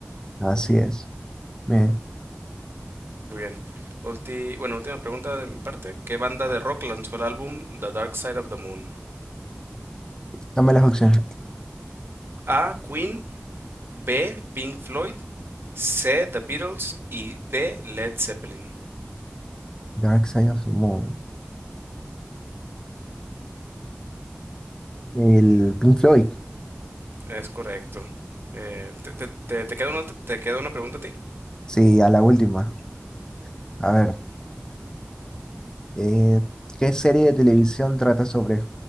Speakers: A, on the left (about 15°); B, on the right (about 60°).
A: Así es. Bien,
B: Muy bien. Ulti- bueno, última pregunta de mi parte. ¿Qué banda de rock lanzó el álbum The Dark Side of the Moon?
A: dame las opciones.
B: A. Queen. B. Pink Floyd. C. The Beatles. Y D. Led Zeppelin.
A: Dark Side of the Moon. El Pink Floyd.
B: Es correcto. Eh, te, te- te- te queda una, te queda una pregunta a ti?
A: Sí, a la última. A ver. eh, ¿qué serie de televisión trata sobre